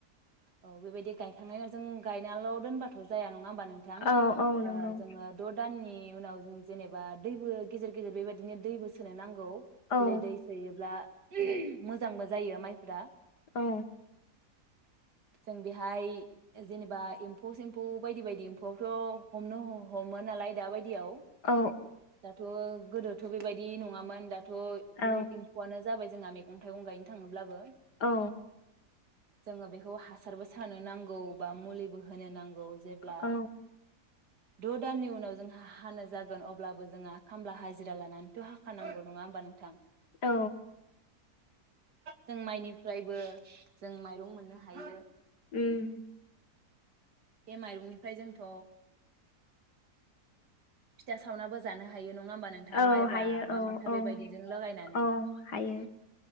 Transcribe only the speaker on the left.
औ औ नंगौ
औ
औ।
औ
औ
औ।
औ
औ
उम
औ
हायो
औ
औ
औ हायो